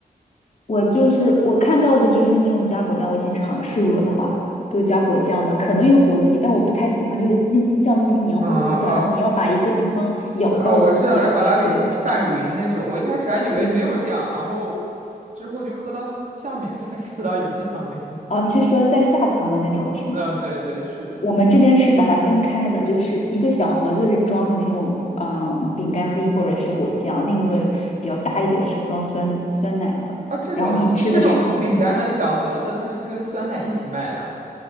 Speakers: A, on the left; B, on the right.
A: 我就是我看到的就是那种加果酱，我以前尝试过的话。都是加果酱的，可能有果粒，但我不太喜欢，就是那种酱就是黏糊糊的，
B: 嗯啊
A: 然后你要把一个地方咬到咬，
B: 啊，我知道要把它匀拌匀那种。
A: 对，
B: 我一开始还以为没有酱，
A: 对，
B: 然后之后就喝到下面，我才知道有酱那个。
A: 哦，你是说在下层的那种是吗？
B: <laughs> 嗯，对对，是的。
A: 我们这边是把它分开的，就是一个小盒子是装的那种嗯饼干粒或者是果酱，另一个比较大一点的是装酸酸奶的。
B: 啊，这种这种饼干的小盒子，
A: 然后你吃的时候，对
B: 它是跟酸奶一起卖的。